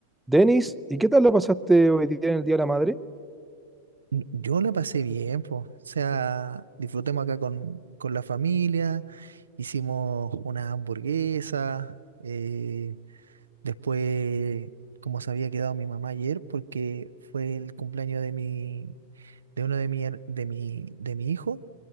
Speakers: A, in the centre; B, on the right.
A: Denis, ¿y qué tal lo pasaste hoy día en el Día de la Madre?
B: N- Yo la pasé bien, pues. O sea, disfrutemos acá con, con la familia, hicimos una hamburguesa, eh, después, como se había quedado mi mamá ayer, porque fue el cumpleaños de mi, de uno de mi, her- de mi, de mi hijo,